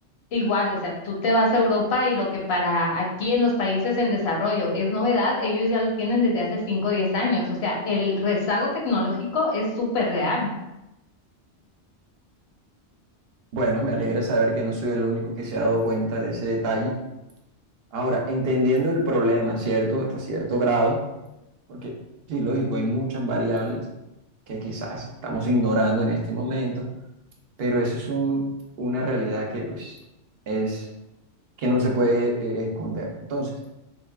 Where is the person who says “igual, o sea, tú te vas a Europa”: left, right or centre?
Left